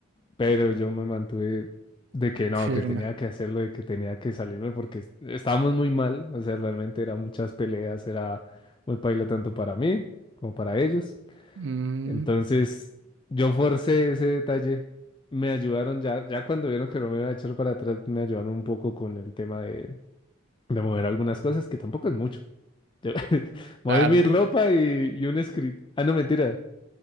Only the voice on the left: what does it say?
pero yo me mantuve de que no,
que tenía que hacerlo, de que tenía que salirme porque es- estábamos muy mal, o sea, realmente eran muchas peleas, era muy paila tanto para mí como para ellos.
Entonces, yo forcé ese detalle. Me ayudaron ya, ya cuando vieron que no me iba a echar para atrás, me ayudaron un poco con el tema de, de mover algunas cosas, que tampoco es mucho. Yo <laughs> moví
mi ropa y, y un script. Ah, no, mentira.